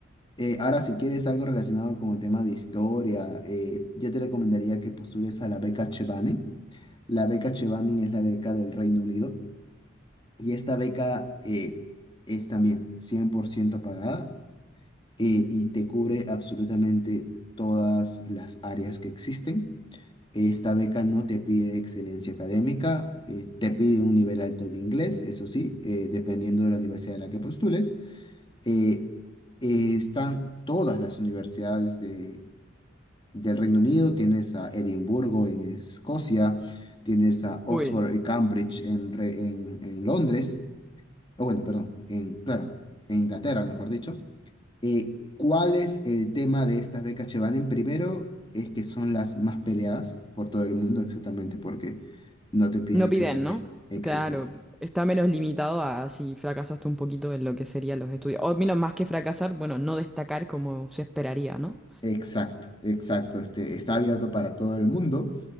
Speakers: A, on the left; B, in the centre.
A: Eh, ahora, si quieres algo relacionado con el tema de historia, eh, yo te recomendaría que postules a la beca Chevening. La beca Chevening es la beca del Reino Unido y esta beca eh, es también 100% pagada eh, y te cubre absolutamente todas las áreas que existen. Esta beca no te pide excelencia académica, eh, te pide un nivel alto de inglés, eso sí, eh, dependiendo de la universidad a la que postules. Eh, eh, están todas las universidades de- del Reino Unido, tienes a Edimburgo en Escocia, tienes a Oxford
B: Uy.
A: y Cambridge en, Re- en, en Londres, o bueno, perdón, en, claro, en Inglaterra, mejor dicho. Eh, ¿cuál es el tema de estas becas Chevanen? Primero, es que son las más peleadas por todo el mundo, exactamente, porque no te piden
B: No
A: excelencia.
B: piden, ¿no?
A: Exacto,
B: Claro, está menos limitado a si fracasaste un poquito en lo que serían los estudios. O menos más que fracasar, bueno, no destacar como se esperaría, ¿no?
A: exacto, exacto. Este, está abierto para todo el mundo.